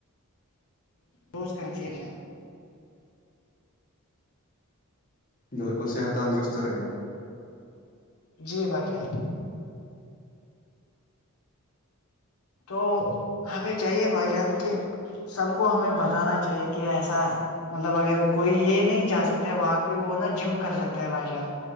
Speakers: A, on the left; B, on the left.
A: روز کر چاہ جاں
B: بالکل صحت تندرست رہیں
A: جی بھائی جان تو ہمیں چاہیے بھائی جان کے سب کو ہمیں بتانا چاہیے کہ ایسا مطلب اگر کوئی یہ نہیں جا سکتا ہے و پہ وہ نا جم کر سکتا ہے بائی چان